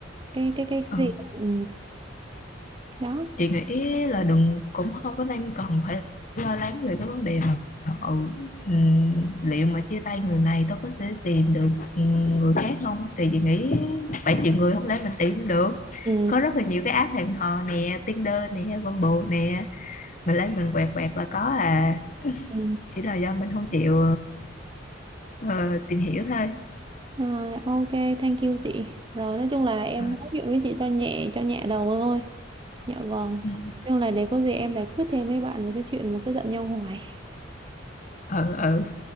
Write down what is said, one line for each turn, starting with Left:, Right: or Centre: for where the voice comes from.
Right: cái cái cái
Left: Ờ,
Right: gì là- ừ, đó
Left: chị nghĩ là đừng cũng không có nên cần phải lo lắng về cái vấn đề mà ừ, ừ, liệu mà chia tay người này tôi có sẽ tìm được ừ, người khác không thì chị nghĩ bảy triệu người không lẽ mình tìm được
Right: Ừ.
Left: có rất là nhiều cái app hẹn hò nè Tinder nè Bumble nè mình lấy mình quẹt quẹt là có à
Right: Ừ.
Left: chỉ là do mình không chịu ờ, tìm hiểu thôi
Right: rồi ok thank you chị rồi nói chung là em
Left: à,
Right: nói chuyện với chị cho nhẹ cho nhẹ đầu thôi dạ vâng
Left: ừ
Right: Nhưng là để có gì em giải quyết thêm với bạn về cái chuyện mà cứ giận nhau hoài
Left: ừ ừ.